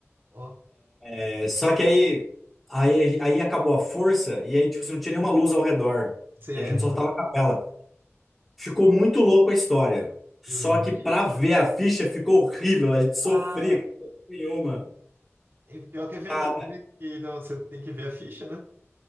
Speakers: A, on the right; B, in the centre.
A: ó,
B: É, só que aí, aí, aí acabou a força e aí, tipo, assim, não tinha nenhuma luz ao redor.
A: você
B: E a gente
A: é...
B: só tava com a vela. Ficou muito louco a história. Só
A: eu imagino-
B: que pra ver a ficha ficou horrível. A gente sofria,
A: Ah,
B: que não tinha nenhuma.
A: e pior que é verdade,
B: Cara,
A: né? E não, você tem que ver a ficha, né?